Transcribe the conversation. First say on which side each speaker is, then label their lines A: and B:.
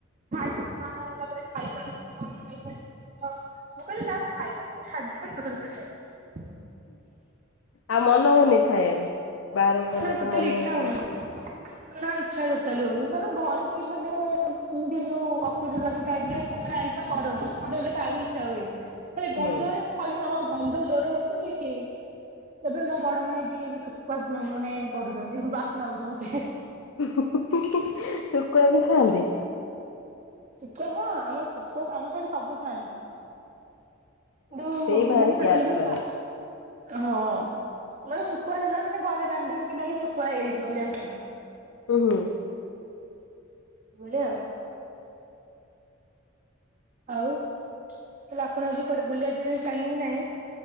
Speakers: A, on the right; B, on the left.
A: <unintelligible> ପରେ ଖାଇପାରିବୁ କି କଣ ଖାଇପାରିବୁ କି କଣ? ମୁଁ କଇଲି ନା ମୁଁ ଖାଇବିନି ମୁଁ ଛାଡ଼ିଦେବି ମାନେ ଟୋଟାଲ୍ ଉପରେ ଛାଡିବି।
B: ଆଉ ମନ ହଉନି ଖାଇବା ପାଇଁ। ବାହାରକୁ
A: ଛାଡିଦେଲି
B: ଗଲେ
A: ନା
B: ତ
A: ଟୋଟାଲ
B: ମନ ହଉଥିବ?
A: <inaudible> ନା ଇଚ୍ଛା ଟୋଟାଲି ହଉନି କାରଣ ଘରେ ବି ମାନେ ଏମିତି ଯୋଉ ଅକେଜନାଲି ଟାଇପରେ ମାନେ ଛା କରନି ମତେଏବେ ଖାଇବାକୁ ଇଚ୍ଛା ହୁଏନି। ହେଲେ
B: ହୁଁ।
A: ଗନ୍ଧ ହେ ମୁଁ କଇବି ମାମା ଗନ୍ଧ ଜୋରେ ହୋଉଚି-ଇ ଏବେ ମୋ ବଡ ମାାଇକି ଇବେ ସୁକ୍ୱା ସ୍ମେଲ ମାନେ-ଏ କରୁଚନ୍ତି ବାସ୍ନାହଉଚି ମତେ-ହେ।
B: ହୁଁ ହୁ ହୁ ହୁ ହୁଁ ହିଁ-ଇ ଶୁକୁଆକୁ ଖାଆନ୍ତି।
A: ଶୁକ୍ୱା ହଁ-ଅ ଆମର୍ ଶୁକ୍ୱା ଆମ ସ୍ୟାଡେ ସବୁ ଖାଆନ୍ତି। ଦୋଉ-ଉ
B: ସେଇ ଭାରି
A: ମୁଁ ବି ଟୋଟାଲ
B: ଗ୍ୟାସ୍
A: ଉପରେ
B: କରେ
A: ଛା ହଁ-ଅ ମାନେ ଶୁକୁଆ ହେଲା ମାନେ ଘରେ ଜନିଦେବେକି କି ନାଇଁ ଶୁଖୁଆ ହେଇଚି ବୋଲି ଆଙ୍କର।
B: ଉହୁଁ।
A: ବଲିଆ ଆଉ। ଆଉ ତାଲେ ଆପଣ ଆଜି କୋଆଡେ ବୁଲିଆ ଯିବେ ପ୍ଲାନିଂ ନାଇଁ?